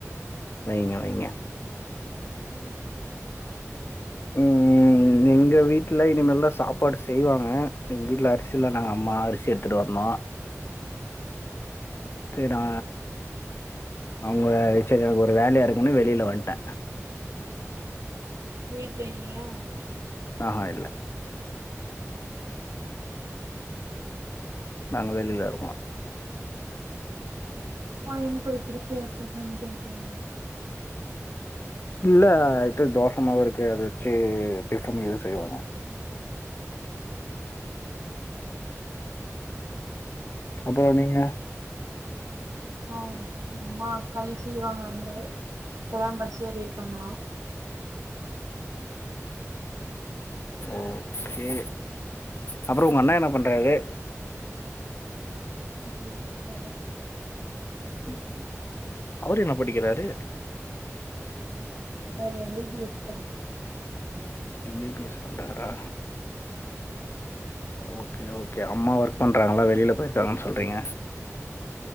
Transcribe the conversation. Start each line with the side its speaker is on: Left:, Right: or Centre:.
Left: வைங்க வைங்க
Right: வீட்ல
Left: ம் ம் எங்க வீட்ல இனிமேல்தா சாப்பாடு செய்வாங்க எங்க வீட்ல அரிசி இல்ல நாங்க அம்மா அரிசி எடுத்துட்டு வரணு சரி நா அவங்க சேரி எனக்கு ஒரு வேலையா இருக்குன்னு வெளில வன்ட்டே
Right: வீட்ல இல்லயா
Left: ஆஹா இல்ல
Right: ம்
Left: நாங்க வெளில இருக்கோ
Right: <unintelligible> இனிப்பு குடுத்து <unintelligible>
Left: இல்ல இது தோசமாவு இருக்கு அத வச்சு டிஃபன் எது செய்வாங்க அப்புறோ நீங்க
Right: நா எங்க அம்மா களி செய்வாங்க வந்து இப்பதா பஸ் ஏறிருக்காங்களா
Left: ஓகே அப்புறோ உங்க அண்ண என்ன பண்றாரு
Right: படிச்சுட்ருந்தாரு
Left: ம் ம் அவரு என்ன படிக்கிறாரு
Right: இந்த மாரி எம் பி பி எஸ் படிக்கிறாரு
Left: எம் பி பி எஸ் பண்றாரா ஓகே ஓகே அம்மா ஒர்க் பண்றாங்களா வெளில போயிருக்காங்கன்னு சொல்றீங்க